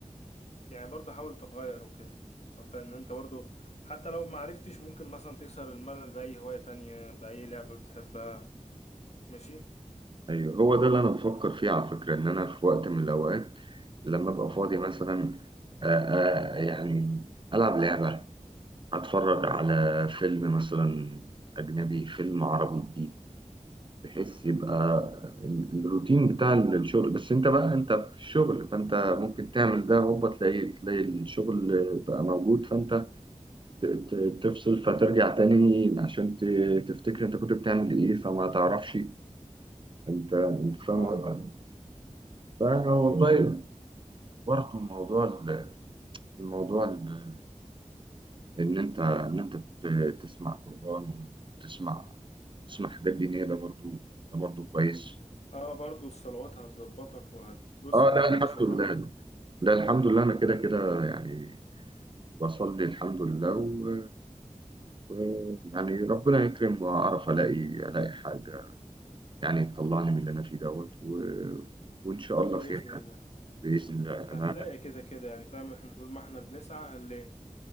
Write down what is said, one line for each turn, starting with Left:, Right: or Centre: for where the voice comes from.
Left: يعني برضه حاول تغير وكده فان انت برضه حتى لو ما عرفتش ممكن مثلا تكسر الملل بأي هواية تانية بأي لعبة بتحبها ماشي
Right: أيوه هو ده اللي أنا بفكر فيه على فكرة إن أنا في وقت من الأوقات لما أبقى فاضي مثلا آ- آ- يعني ألعب لعبة أتفرج على فيلم مثلا أجنبي فيلم عربي جديد بحيث يبقى ال- الروتين بتاع الشغل بس انت بقى انت في الشغل فانت ممكن تعمل ده هوبا تلاقي تلاقي الشغل بقى موجود فانت ت- ت- تفصل فترجع تاني عشان ت- تفتكر انت كنت بتعمل ايه فما تعرفش انت انت فاهم
Left: فاهمك
Right: قصدي؟
Left: اه
Right: فوالله
Left: امم
Right: برضه موضوع ال- الموضوع ال- ان انت ان انت ت- تسمع قرآن تسمع تسمع حاجات دينية ده برضه ده برضه كويس
Left: اه برضه الصلوات هتظبطك وهتبص
Right: اه
Left: هتنعنش
Right: لا الحمد
Left: الروح
Right: لله
Left: عندك
Right: لا الحمد لله انا كده كده يعني بصلي الحمد لله و... و... يعني ربنا يكرم واعرف الاقي الاقي حاجه يعني تطلعني من اللي انا فيه دوت و... وان شاء الله
Left: بإذن
Right: خير يعني
Left: الله
Right: باذن الله
Left: هتلاقي
Right: انا
Left: كده كده يعني فاهم احنا طول ما احنا بنسعى هنلاقي